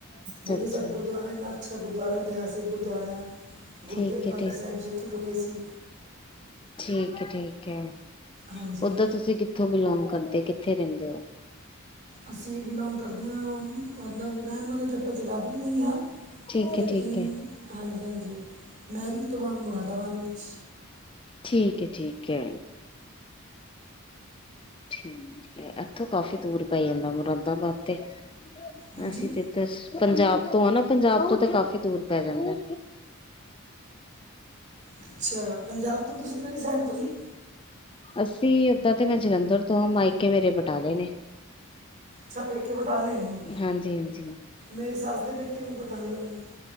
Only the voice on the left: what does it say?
ਅੱਛਾ
ਅੱਛਾ
ਠੀਕ
ਹੈ ਠੀਕ
ਠੀਕ ਏ ਠੀਕ ਏ
ਓਦਾਂ ਤੁਸੀਂ ਕਿੱਥੋਂ ਦੇ ਉ ਏਥੇ ਕਿੱਥੇ ਰਹਿੰਦੇ ਉ
ਠੀਕ
ਹੈ ਠੀਕ ਹੈ
ਠੀਕ ਏ ਠੀਕ ਏ ਠੀਕ ਏ ਇੱਥੋਂ ਕਾਫ਼ੀ ਦੂਰ ਪੈ ਜਾਂਦਾ ਮੁਰਾਦਾਬਾਦ ਤੇ। <inaudible>
<inaudible> ਪੰਜਾਬ ਤੋਂ ਆ ਨਾ ਪੰਜਾਬ ਤੋਂ ਤੇ ਕਾਫੀ ਦੂਰ ਪੈ ਜਾਂਦਾ।
ਅਸੀਂ ਓਦਾਂ ਤੇ ਮੈਂ ਜਲੰਧਰ ਤੋਂ ਆ ਮਾਇਕੇ ਮੇਰੇ ਬਟਾਲੇ ਨੇ।
ਹਾਂਜੀ ਹਾਂਜੀ